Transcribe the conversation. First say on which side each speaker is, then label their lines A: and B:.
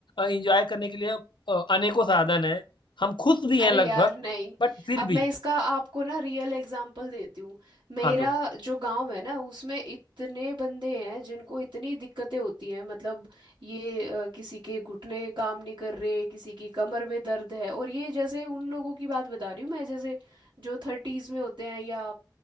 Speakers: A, on the left (about 80°); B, on the right (about 85°).
A: एंजॉय करने के लिए अ, अनेकों साधन है हम खुश भी
B: अरे
A: हैं लगभग
B: यार नहीं
A: बट फिर
B: अब
A: भी
B: मैं इसका आपको ना रियल एग्जाम्पल देती हूँ मेरा
A: हाँ दो
B: जो गांव है ना उसमें इतने बंदे हैं जिनको इतनी दिक्कतें होती हैं मतलब ये अ, किसी के घुटने काम नहीं कर रहे किसी की कमर में दर्द है और ये जैसे उन लोगों की बात बता रही हूँ मैं जैसे जो थर्टीज में होते हैं या